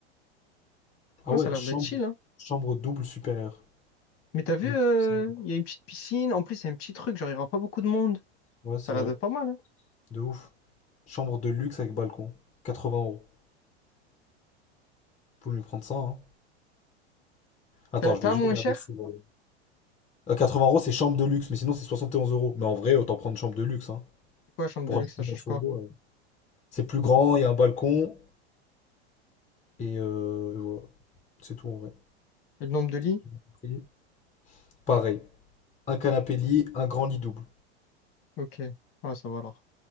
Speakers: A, on the left (about 20°); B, on the left (about 40°).
A: Ah
B: Non,
A: ouais,
B: ça a l'air
A: chambre,
B: d'être chill, hein?
A: chambre double supérieure.
B: Mais t'as vu,
A: Il
B: euh,
A: me semble.
B: il y a une petite piscine. En plus, il y a un petit truc, genre, il n'y aura pas beaucoup de monde.
A: Ouais, c'est
B: Ça a
A: vrai.
B: l'air d'être pas mal, hein?
A: De ouf. Chambre de luxe avec balcon. 80 euros. Faut mieux prendre ça, hein. Attends,
B: T'as
A: je
B: t'as
A: vais juste
B: moins
A: regarder
B: cher?
A: souvent. Euh, 80 euros, c'est chambre de luxe, mais sinon c'est 71 euros. Mais en vrai, autant prendre une chambre de luxe, hein.
B: C'est quoi, chambre
A: Pour
B: de luxe,
A: ajouter
B: ça change
A: 9
B: quoi?
A: euros. euh, C'est plus grand, il y a un balcon. Et euh, voilà. C'est tout en vrai.
B: Et le nombre de lits?
A: J'ai bien compris. Pareil. Un canapé lit, un grand lit double.
B: Ok. Ah, ça va alors.